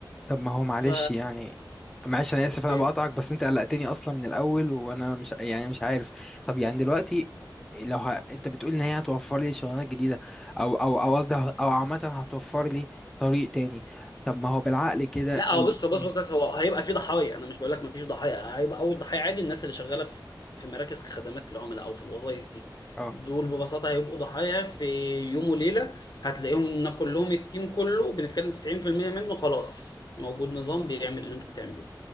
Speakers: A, in the centre; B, on the left.
A: طب ما هو معلش
B: ف
A: يعني معلش انا اسف
B: اوكي
A: انا بقطعك بس انت قلقتني اصلا من الاول وانا مش يعني مش عارف طب يعني دلوقتي لو ه... انت بتقول ان هي هتوفر لي شغلانات جديده او او او قصدي ه- او عامه هتوفر لي طريق تاني طب ما هو بالعقل كده
B: لا
A: ال...
B: هو بص بص
A: مم.
B: بص بس هو هيبقى في ضحايا انا مش بقول لك ما فيش ضحايا هيبقى اول ضحايا عادي الناس اللي شغاله في في مراكز خدمات العملاء او في الوظائف دي
A: اه
B: دول ببساطه هيبقوا ضحايا في يوم وليله هتلاقيهم ان كلهم التيم كله بنتكلم 90% منه خلاص موجود نظام بيعمل اللي انتوا بتعملوه